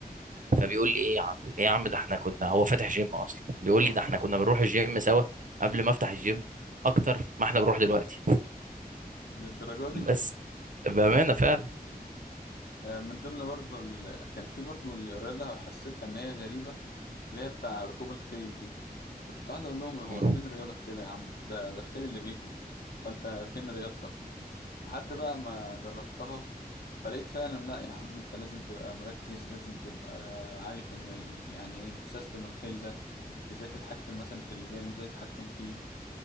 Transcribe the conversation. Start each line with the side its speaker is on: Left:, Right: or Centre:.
Right: فبيقول لي ايه يا عم ايه يا عم ده احنا كنا هو فاتح جيم اصلا بيقول
Left: اه
Right: لي ده احنا كنا بنروح الجيم سوا قبل ما افتح الجيم اكتر ما احنا بنروح دلوقتي
Left: للدرجة
Right: بس
Left: دي
Right: بامانه فعلا
Left: آه، من ضمن برضو ال... كان في برضو الرياضة حسيتها ان هي غريبة اللي هي بتاع ركوب الخيل دي فكنت قاعد اقول لهم هو
Right: مم.
Left: فين الرياضه في كده يا عم ده ده الخيل اللي بيجري فانت فين رياضتك لحد بقى ما جربتها فلقيت فعلا لا يا عم انت لازم تبقى مركز لازم تبقى عارف ان ال... يعني ايه سيستم الخيل ده ازاي تتحكم مثلا في اللجام ازاي تتحكم فيه